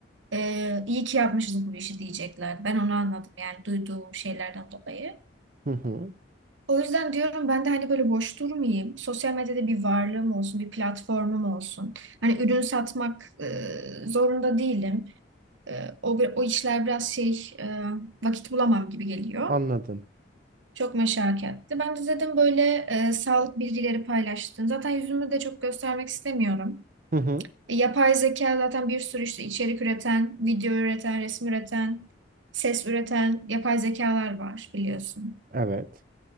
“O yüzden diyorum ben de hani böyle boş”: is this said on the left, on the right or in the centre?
Right